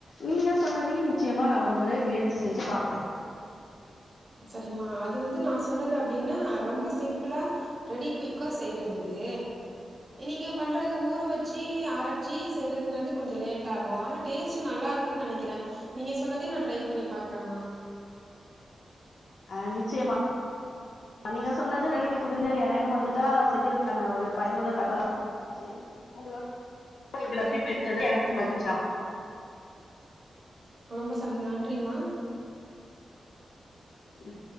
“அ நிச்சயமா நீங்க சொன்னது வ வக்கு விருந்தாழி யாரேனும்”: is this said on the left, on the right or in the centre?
Left